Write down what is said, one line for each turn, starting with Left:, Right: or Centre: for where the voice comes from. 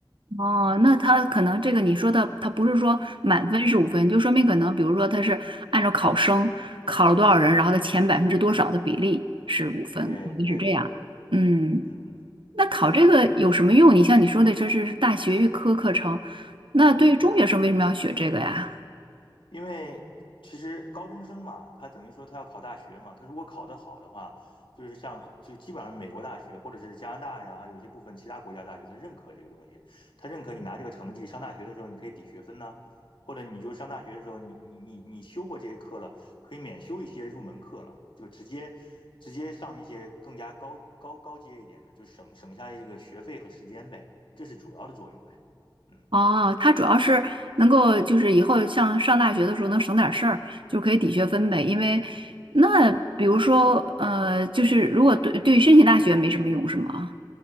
Right: 哦，那他可能这个你说的，他不是说满分是五分，就说明可能比如说他是按照考生考了多少人，然后他前百分之多少的比例是五分，
Left: 对对对对，
Right: 可能是这样，嗯。
Left: 嗯，
Right: 那考这个有什么用？
Left: 是啊，
Right: 你像你说的，这是大学预科课程，那对于中学生为什么要学这个呀？
Left: 嗯。因为其实高中生嘛，他等于说他要考大学嘛，他如果考得好的话，就是像就基本上美国大学或者是加拿大呀，还有一些部分其他国家大学，他认可这个东西，他认可你拿这个成绩上大学的时候，你可以抵学分呐、或者你就上大学的时候，你你你你修过这些课了，可以免修一些入门课了，就直接直接上一些更加高高高阶一点的，就省省下这个学费和时间呗，这是主要的作用呗，嗯。
Right: 哦，它主要是能够就是以后像上大学的时候能省点事儿，就可以抵学分呗。因为那比如说呃，就是如果对对于申请大学没什么用是吗？